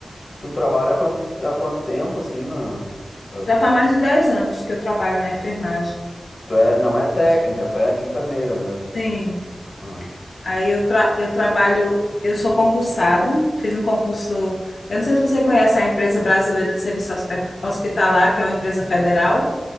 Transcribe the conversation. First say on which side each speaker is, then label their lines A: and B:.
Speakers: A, on the left; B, on the left.
A: Tu trabalha há quanto, há quanto tempo, assim, na... ah,
B: Já faz mais de 10 anos que eu trabalho na enfermagem.
A: Tu é, não é técnica,
B: Acho que-
A: tu é enfermeira mesmo.
B: Sim,
A: Ah,
B: aí eu, tra eu trabalho, eu sou concursada, fiz um concurso, eu não sei se você conhece a empresa brasileira de serviço Hospe- hospitalar, que é uma empresa federal,